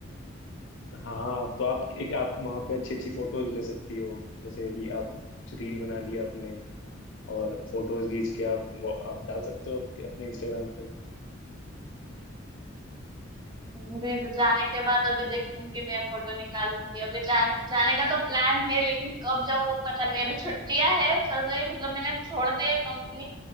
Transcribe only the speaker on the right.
अभी जाने के बाद अभी देखूंगी मैं फोटो निकालूंगी अभी जान, जाने का तो प्लान है लेकिन कब जाऊँ वो पता नहीं अभी छुट्टियां है चल रही मतलब मैंने छोड़ दी है कंपनी